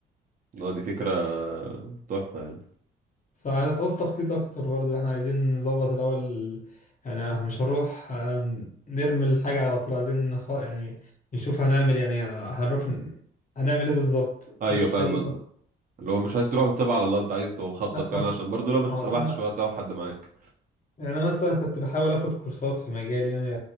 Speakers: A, on the right; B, on the left.
A: اه دي فكره تحفه يعني
B: بس عايز تعوز تخطيط أكتر برضو احنا عايزين نظبط الأول يعني مش هنروح آه، نرمي الحاجة على طول عايزين نخ... يعني نشوف هنعمل إيه، يعني هنروح ن- هنعمل ايه بالظبط مفيش
A: ايوه فاهم
B: أي
A: قصدك اللي هو مش عايز تروح وتسيبها على الله انت عايز تبقى مخطط فعلا
B: طب
A: عشان برضه لو ما تتسوحش
B: آه،
A: ولا تسوح حد معاك
B: يعني انا مثلا كنت بحاول اخد كورسات في مجالي يعني